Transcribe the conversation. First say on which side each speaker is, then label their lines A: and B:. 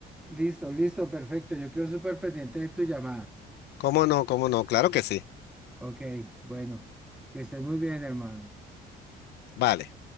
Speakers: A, in the centre; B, on the left (about 75°).
A: Listo, listo, perfecto. Yo quedo súper pendiente de tu llamada.
B: ¿Cómo no? ¿Cómo no? Claro que sí.
A: Ok, bueno, que estés muy bien, hermano.
B: Vale.